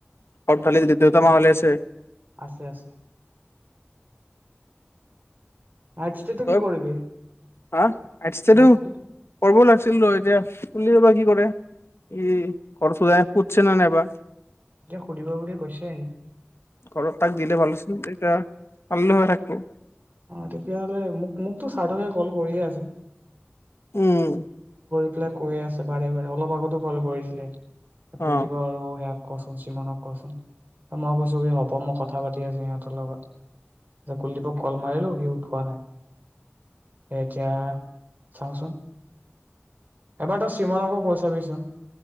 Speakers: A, on the left (about 75°); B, on the right (about 45°).
A: ঘৰত ভালে যদি দেউতা-মা ভালে আছে?
B: আছে আছে। নাইট ষ্টেটো
A: ত
B: কি কৰিবি
A: হা আজছেতটো
B: নাইট ষ্টেটো
A: কৰিব লাগ- ছিল ৰ এতিয়া বা কুলি এ বা কি কৰে ই ঘৰ সুধছে নে নাই এবাৰ
B: এতিয়া সুধিব বুলি কৈছে।
A: ঘৰত তাক দিলে ভাল আছিল এতিয়া। পাৰিলো হৈ থাকিব
B: অহ তেতিয়াহ'লে মোক- মোকতো স্বাৰ্থকে কল কৰিয়ে আছে।
A: উম।
B: কৈ আছে বাৰে বাৰে অলপ আগতো কল কৰিছিলে। কুলদীপ
A: অ
B: আৰু সেয়া- কচোন চিমনক কচোন মই কৈছো কি হ'ব মই কথা পাতি আছো সিহঁতৰ লগত যে কুলদীপক কল মাৰিলো সি উঠোৱা নাই। সেইতিয়া চাওঁচোন- এবাৰ তই চিমনক কৈ চাবিচোন